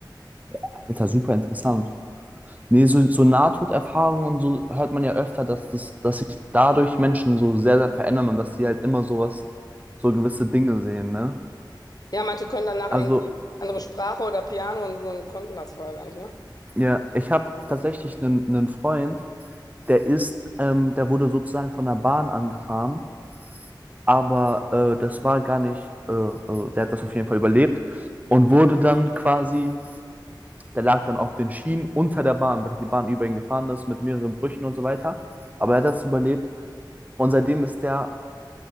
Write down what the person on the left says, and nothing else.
Ja, manche können danach
irgendwie andere Sprache oder Piano und so und konnten das vorher gar nicht, ne?